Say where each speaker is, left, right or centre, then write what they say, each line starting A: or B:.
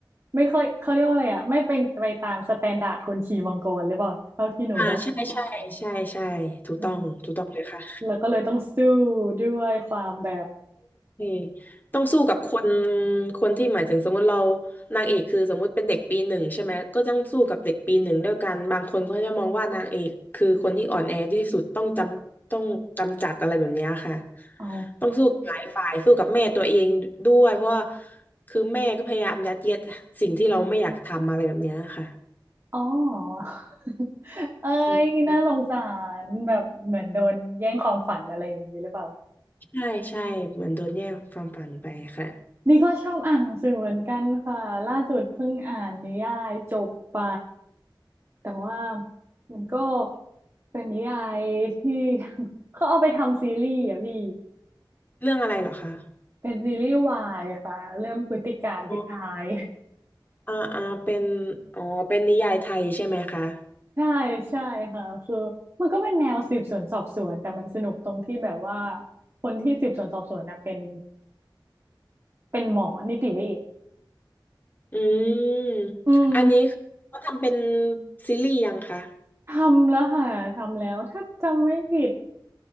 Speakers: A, on the right (about 35°); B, on the left (about 25°).
A: ไม่ค่อยเขาเรียกว่าอะไรอะไม่เป็นไปตามสแตนดาร์ดคนขี่มังกรหรือเปล่าเท่าที่หนูเดา
B: อ่าใช่ใช่ใช่ใช่ถูกต้องถูกต้องเลยค่ะ
A: อืมแล้วก็เลยต้องสู้ด้วยความแบบ
B: เออต้องสู้กับคนคนที่หมายถึงสมมติเรานางเอกคือสมมติเป็นเด็กปีหนึ่งใช่ไหมก็ต้องสู้กับเด็กปีหนึ่งด้วยกันบางคนเขาจะมองว่านางเอกคือคนที่อ่อนแอที่สุดต้องจำต้องกำจัดอะไรแบบเนี้ยค่ะ
A: อ๋อ
B: ต้องสู้กับหลายฝ่ายสู้กับแม่ตัวเองด้วยเพราะว่าคือแม่ก็พยายามยัดเยียดสิ่งที่เราไม่อยากทำอะไรแบบเนี้ยค่ะ
A: อ๋อ <laughs> เอ้ยน่าสงสารแบบเหมือนโดนแย่งความฝันอะไรอย่างนี้หรือเปล่า
B: อืมใช่ใช่เหมือนโดนแย่งความฝันไปค่ะ
A: นี่ก็ชอบอ่านหนังสือเหมือนกันค่ะล่าสุดเพิ่งอ่านนิยายจบไปแต่ว่ามันก็เป็นนิยายที่ <laughs> เขาเอาไปทำซีรีส์อ่ะพี่
B: เรื่องอะไรเหรอคะ
A: เป็นซีรีส์วายค่ะเรื่องพฤติการที่ตาย
B: อ๋ออ่าอ่าเป็นอ๋อเป็นนิยายไทยใช่ไหมคะ
A: <laughs> ใช่ใช่ค่ะคือมันก็เป็นแนวสืบสวนสอบสวนแต่มันสนุกตรงที่แบบว่าคนที่สืบสวนสอบสวนนะเป็นเป็นหมอนิติเวช
B: อืม
A: อืม
B: อันนี้เขาทำเป็นซีรีส์ยังคะ
A: ทำแล้วค่ะทำแล้วถ้าจำไม่ผิด